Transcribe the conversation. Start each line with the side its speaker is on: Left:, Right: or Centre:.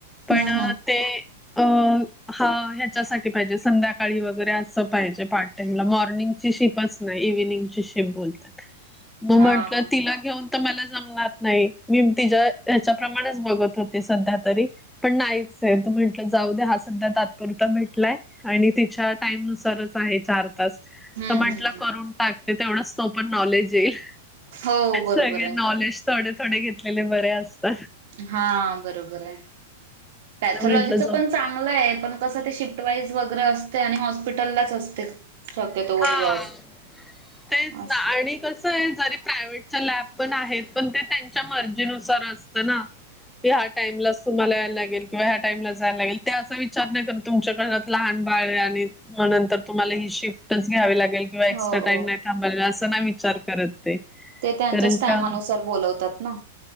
Centre: पण
Right: हम्म हम्म
Centre: ते अ हा ह्याच्यासाठी पाहिजे संध्याकाळी वगैरे असं पाहिजे पाठ टाईम ला मॉर्निंगची शीपच नाही इव्हनिंगची शिफ्ट बोलतात म
Right: हा
Centre: म्हंटलं
Right: हम्म
Centre: तिला घेऊन तर मला जमणार नाही. मी तिच्या हच्याप्रमाणेच बघत होते सध्या तरी पण नाहीच आहे त म्हटलं जाऊ दे हा सध्या तात्पुरता भेटलाय आणि तिच्या टाईम नुसारच आहे, चार तास. तर
Right: हम्म
Centre: म्हंटलं
Right: हम्म
Centre: करून टाकते, तेवढंच तो पण नॉलेज येईल.
Right: हो बरोबर
Centre: सगळे
Right: आहे
Centre: नॉलेज, थोडे थोडे घेतलेले बर असत.
Right: हा बरोबर आहे. पॅथॉलॉजीच
Centre: तर म्हंटलं
Right: पण
Centre: जो
Right: चांग चांगल आहे, पण कस ते शिफ्ट वाईज वगैरे असते आणि हॉस्पिटललाच असते. शक्यतोवर
Centre: हा,
Right: जॉब
Centre: तेच
Right: असं
Centre: ना आणि कस आहे, जरी प्रायव्हेट च्या लॅब पण आहेत, पण ते त्यांच्या मर्जीनुसार असत ना! ते हा टाइमलस तुम्हाला यायला लागेल, किंवा ह्या टाइमला जायला लागेल ते असा विचार नाही करत तुमच्या घरात लहान बाळ आहे, आणि मग नंतर तुम्हाला ही शिफ्टच घ्यावी लागेल, किंवा एक्स्ट्रा
Right: हो
Centre: टाईम नाही थांबायला, असं नाही विचार करत. ते
Right: ते त्यांच्याच
Centre: कारण
Right: टायमानुसार
Centre: का
Right: बोलवतात ना!